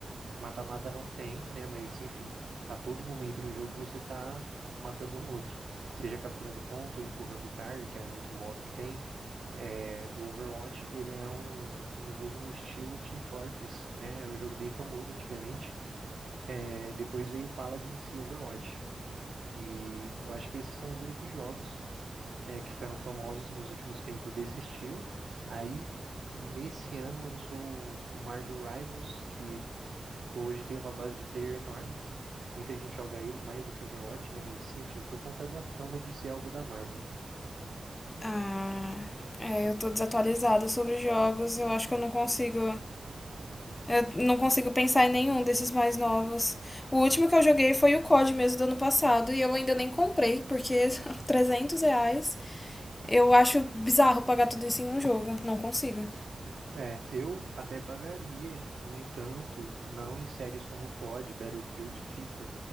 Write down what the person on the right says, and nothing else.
mata-mata não tem, né? Mas enfim, a todo momento no jogo você tá matando um outro, seja capturando ponto ou empurrando carga, que é um outro modo que tem. Eh, o Overwatch ele é um, um jogo no estilo Team Fortress, né? Era um jogo bem famoso antigamente. É, depois veio o Paladin e Overwatch. E eu acho que esses são os únicos jogos é, que ficaram famosos nos últimos tempos desse estilo. Aí, nesse ano, lançou o o Marvel Rivals, que pô, hoje tem uma base de player enorme. Muita gente joga ele mais do que Overwatch, né? Mas, enfim, por conta da fama de ser algo da Marvel.
É, eu até pagaria, no entanto, não em séries como C o COD, Battlefield, FIFA